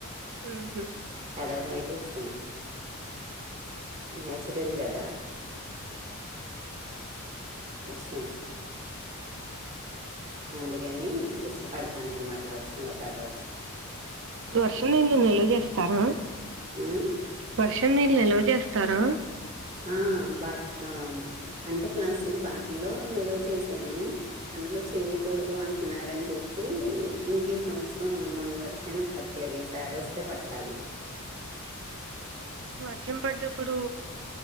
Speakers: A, on the right (about 60°); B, on the right (about 35°).
A: ఉహు
B: తడవడం అయితే ఇష్టమే నేచురల్ కదా వర్షం అందుకని ఇష్టపడతాననామాట వర్షంలో తడవడం
A: వర్షం నీళ్లు నిలవ చేస్తారా
B: ఉమ్
A: వర్షం నీళ్ళు నిల్వ చేస్తారా
B: ఆ బా ఆ అంటే ప్లాస్టిక్ బాటిల్లో నిల్వ చేసాను అందులో చేయకూడదు అం ఉన్నారని చెప్పి ఇంక ఈ సంవత్సరం మొన్న వర్షానికి పట్టలేదు ఈ సారి వస్తే పట్టాలి
A: వర్షం పడ్డప్పుడు